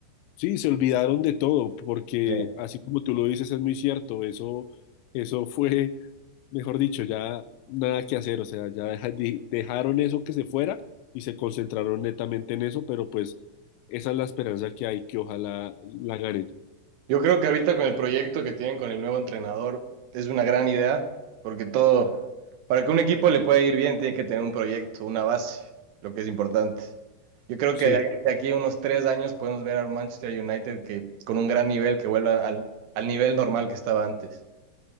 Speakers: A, on the left; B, on the right.
A: Sí, se olvidaron de todo, porque
B: Eh,
A: así como tú lo dices, es muy cierto, eso, eso fue, mejor dicho, ya nada que hacer, o sea, ya deja- di- dejaron eso que se fuera y se concentraron netamente en eso, pero pues esa es la esperanza que hay, que ojalá la ganen.
B: Yo creo que ahorita con el proyecto que tienen con el nuevo entrenador es una gran idea, porque todo, para que un equipo le pueda ir bien, tiene que tener un proyecto, una base, lo que es importante. Yo creo
A: Sí,
B: que de aquí a unos tres años podemos ver a un Manchester United que con un gran nivel que vuelva al, al nivel normal que estaba antes.